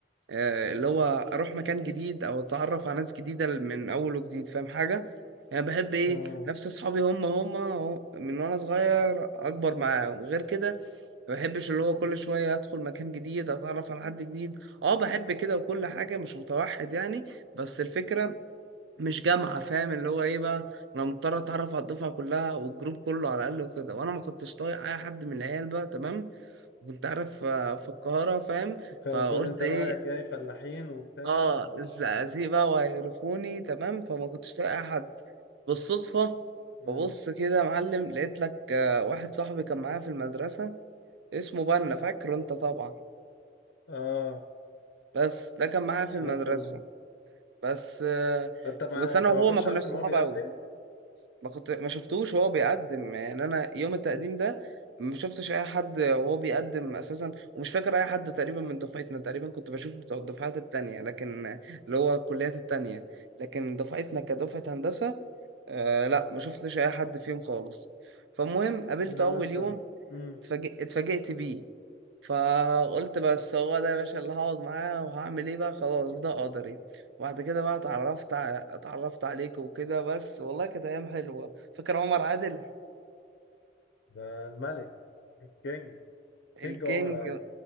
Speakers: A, on the right; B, on the left.
A: آه، اللي هو اروح مكان جديد او اتعرف على ناس جديده من اول وجديد فاهم حاجه يعني بحب ايه
B: اه
A: نفس اصحابي هم هم أهو من وانا صغير اكبر معاهم غير كده ما بحبش اللي هو كل شويه ادخل مكان جديد اتعرف على حد جديد اه بحب كده وكل حاجه مش متوحد يعني بس الفكره مش جامعة فاهم اللي هو ايه بقى انا مضطر اتعرف على الدفعة كلها والجروب كله على الاقل وكده وانا ما كنتش طايق اي حد من العيال بقى تمام كنت عارف آه، في القاهرة فاهم
B: كانوا
A: فقلت
B: كل انت
A: ايه
B: بقى جاي فلاحين وبتاع
A: اه الزقازيق بقى وهيعرفوني تمام فما كنتش طايق اي حد بالصدفة
B: اه
A: ببص كده يا معلم لقيت لك آه، واحد صاحبي كان معايا في المدرسة اسمه بنا فاكره انت طبعا
B: اه
A: بس ده كان معايا في المدرسة
B: عارفه انا
A: بس آه،
B: انت ما
A: بس انا
B: انت
A: وهو
B: ما كنتش
A: ما كناش
B: عارف ان
A: صحاب
B: هو بيقدم
A: قوي ما كنت ما شفتوش وهو بيقدم يعني انا يوم التقديم ده ما شفتش اي حد وهو بيقدم اساسا ومش فاكر اي حد تقريبا من دفعتنا تقريبا كنت بشوف بتوع الدفعات التانية لكن اللي هو الكليات التانية لكن دفعتنا كدفعة هندسة آه لا ما شفتش اي حد فيهم خالص فالمهم قابلته
B: انما
A: اول
B: انت
A: يوم
B: امم
A: اتفاجئ- اتفاجئت بيه فقلت بس هو ده يا باشا اللي هقعد معاه وهعمل ايه بقى خلاص ده قدري وبعد كده بقى اتعرفت ع- اتعرفت عليك وكده بس والله كانت ايام حلوه فاكر عمر عادل
B: ده الملك الكينج كينج
A: الكينج
B: عمر عادل